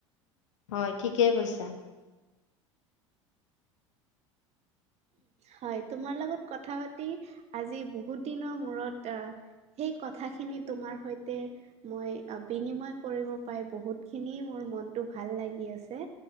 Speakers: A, on the left; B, on the right.
A: হয় ঠিকেই কৈছা।
B: হয় তোমাৰ লগত কথা পাতি আজি বহুত দিনৰ মূৰত আহ সেই কথাখিনি তোমাৰ সৈতে মই বিনিময় কৰিব পাই বহুত খিনি মোৰ মনটো ভাল লাগি আছে